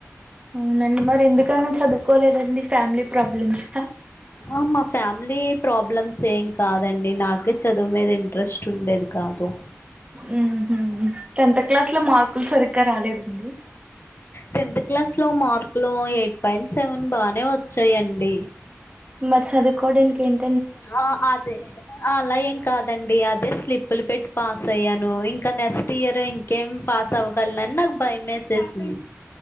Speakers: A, on the right (about 25°); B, on the left (about 50°).
A: అవునండి మరి ఎందుకన్నా చదువుకోలేదండి ఫ్యామిలీ ప్రాబ్లమ్స్
B: ఆ మా ఫ్యామిలీ ప్రాబ్లమ్స్ ఏం కాదండి నాకే చదువు మీద ఇంట్రెస్ట్ ఉండేది కాదు
A: హ్మ్ హు టెన్త్ క్లాస్ లో మార్కులు సరిగ్గా రాలేదండి
B: టెన్త్ క్లాస్ లో మార్కులు ఎయిట్ పాయింట్ సెవెన్ బానే వచ్చాయంండి
A: మరి చదువు కోడన్ ఎన్
B: ఆ అదే అలా ఎమ్ కాదండి అదే స్లిప్పులు పెట్టి పాస్ అయ్యాను ఇంకా నెక్స్ట్ ఇయర్ ఇంకేం పాస్ అవ్వగలలను అని నాకు భయం వేసేసింది